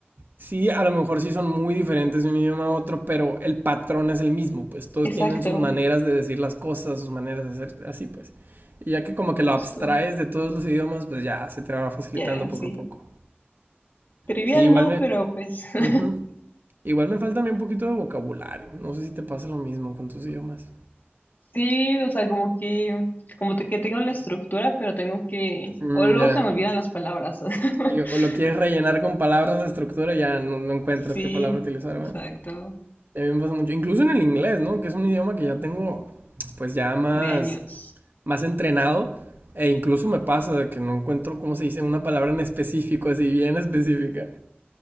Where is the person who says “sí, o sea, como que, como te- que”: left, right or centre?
Left